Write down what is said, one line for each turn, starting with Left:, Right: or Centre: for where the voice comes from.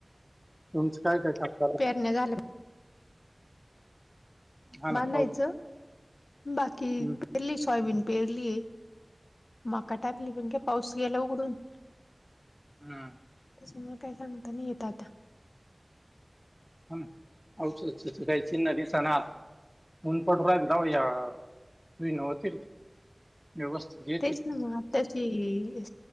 Centre: तुमचं काय काय कामणार.
Left: झालं.
Centre: हा ना
Left: बांधायचं
Centre: पाऊस
Left: बाकी.
Centre: हम्म
Left: परली सोयाबीन पेरली माका टाकली पण काय पाऊस गेला उघडून.
Centre: हम.
Left: तस मला काही सांगताना येत आता.
Centre: हा आच त काही चिन्ह दिसाना आला. ऊनपट राहिल जाऊ या तु नवतील व्यवस्थित
Left: तेच ना मग आत्ताशी